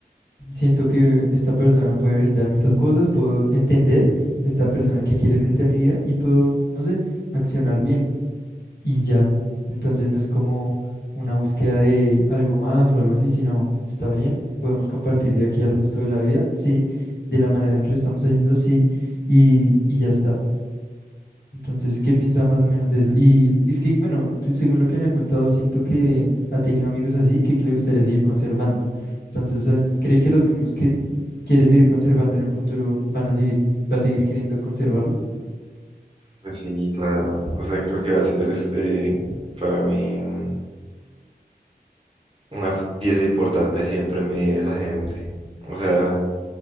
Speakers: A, on the left; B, on the right.
A: siento que esta persona puede brindarme estas cosas, puedo entender esta persona que quiere frente a mi vida y puedo, no sé, accionar bien y ya. Entonces no es como una búsqueda de algo más o algo así, sino está bien, podemos compartir de aquí al resto de la vida, sí, de la manera que lo estamos haciendo, sí, y, y ya está. Entonces, ¿qué piensa más o menos de eso? Y es que, bueno, tú, según lo que me ha contado, siento que ha tenido amigos así que le gustaría seguir conservando. Entonces, o sea, él ¿cree que los mismos que quiere seguir conservando en un futuro van a seguir, va a seguir queriendo conservarlos?
B: Pues sí, claro. O sea, creo que va a ser este, para mí. una f- pieza importante siempre en mi vida esa gente. O sea,